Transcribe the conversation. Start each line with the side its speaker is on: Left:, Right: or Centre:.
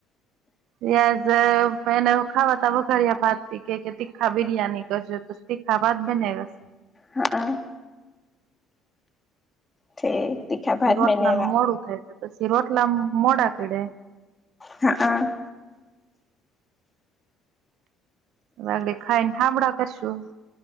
Right: ત્યાજે એને ખાવાતા વઘારીયા ભાત કે કે તીખા બિરિયાની કરજો, તીખા ભાત બનાએવા છે.
Left: હા હ ઠીક તીખા ભાત
Right: રોટલાનું
Left: બનાએવા.
Right: મોડું થાય છે. પછી રોટલા મોડા કડેયા.
Left: હા હ,
Right: વાગડી ખાઈ ને ઠામડા કરશું.